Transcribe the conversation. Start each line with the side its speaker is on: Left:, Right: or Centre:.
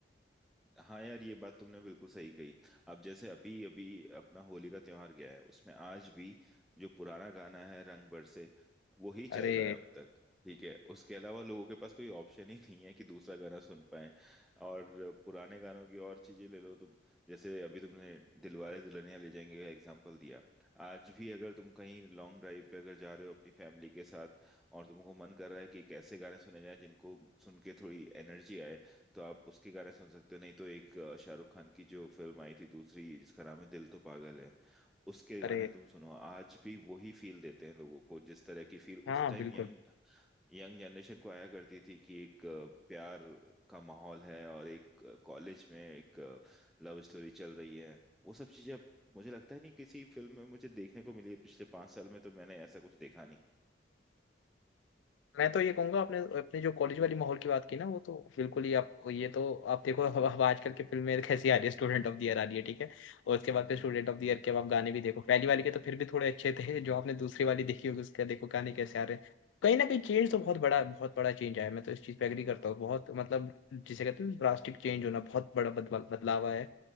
Centre: हाँ यार ये बात तुमने बिल्कुल सही कही अब जैसे अभी अभी अपना होली का त्योहार गया है उसमें आज भी जो पुराना गाना है रंग बरसे वो ही
Left: अरे
Centre: चल रहा है अब तक ठीक है उसके अलावा लोगों के पास कोई ऑप्शन ही नहीं है कि दूसरा गाना सुन पाए और पुराने गानों की और चीजें ले लो तुम जैसे अभी तुमने दिलवाले दुल्हनिया ले जाएंगे का एग्जाम्पल दिया आज भी अगर तुम कहीं लॉन्ग ड्राइव पे अगर जा रहे हो अपनी फैमिली के साथ और तुमको मन कर रहा है कि कैसे गाने सुने जाएं जिनको सुन के थोड़ी एनर्जी आए तो आप उसके गाने सुन सकते हो नहीं तो एक अ, शाहरुख खान की जो फिल्म आई थी दूसरी जिसका नाम है दिल तो पागल है उसके गाने
Left: अरे
Centre: तुम सुनो आज भी वही फील देते हैं लोगों को जिस तरह की फील
Left: हाँ
Centre: उस टाइम
Left: बिल्कुल
Centre: यंग यंग जनरेशन को आया करती थी कि एक अ, प्यार का माहौल है और एक कॉलेज में एक लव स्टोरी चल रही है वो सब चीजें अब मुझे लगता है नहीं किसी फिल्म में मुझे देखने को मिली है पिछले पांच साल में तो मैंने ऐसा कुछ देखा नहीं
Left: मैं तो ये कहूंगा आपने अपने जो कॉलेज वाली माहौल की बात की ना वो तो बिल्कुल ही आप ये तो आप देखो अब अब आजकल के फिल्म में कैसी आ रही है स्टूडेंट ऑफ द ईयर आ रही है ठीक है और उसके बाद फिर स्टूडेंट ऑफ द ईयर के अब आप गाने भी देखो पहली वाली के तो फिर भी थोड़े अच्छे थे जो आपने दूसरी वाली देखी होगी उसके देखो गाने कैसे आ रहे हैं कहीं ना कहीं चेंज तो बहुत बड़ा बहुत बड़ा चेंज आया है, मैं तो इस चीज पे एग्री करता हूँ बहुत मतलब जिसे कहते हैं ड्रास्टिक चेंज होना बहुत बड़ा बदलाव बदलाव आया है